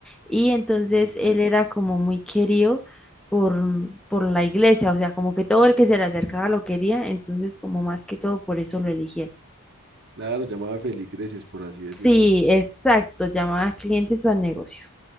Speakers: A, in the centre; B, on the right (about 50°).
A: Y entonces
B: mm,
A: él era como muy querido por, por la Iglesia, o sea, como que todo el que se le acercaba lo quería, entonces como más que todo por eso lo eligieron.
B: claro, llamaba feligreses, por así decirlo.
A: Sí, exacto, llamaba clientes o al negocio.